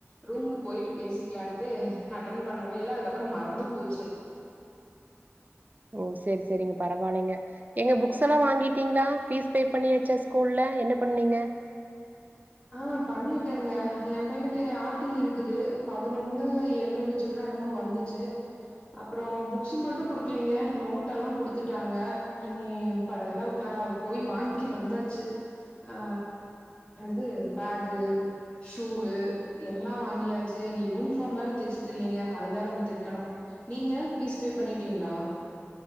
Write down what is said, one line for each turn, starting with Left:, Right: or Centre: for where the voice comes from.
Left: ரூமுக்கு போயிட்டு பேசிக்கலான்ட்டு அட்டன் பண்ணவே இல்ல அதுக்கப்புறம் மறந்தும் போச்சு
Right: ஓ சேரி சேரிங்க பரவாயில்லைங்க எங்க புக்ஸ் எல்லாம் வாங்கிட்டீங்களா பீஸ் பே பண்ணியாச்சா ஸ்கூல்லல என்ன பண்ணீங்க
Left: ஆ பண்ணிட்டேங்க என் பையனுக்கு ஆர்டி இருக்குது பதினொன்னு எழுநூறு சில்ரனமா வந்துச்சு அப்புறம் புக்ஸ மட்டும் குடுக்கலீங்க நோட் எல்லாம் குடுத்துட்டாங்க நீ பல்லாம் கிள போய் வாங்கிட்டு வந்தாச்சு ஆ அது பேக்கு ஷூவு எல்லாம் வாங்கியாச்சு இனி யூனிஃபார்ம் வேற தச்சுட்டு இல்லலைங்க அது வேற ஒன்னு தைக்கணும் நீங்க பீஸ் பே பண்ணிட்டீங்களா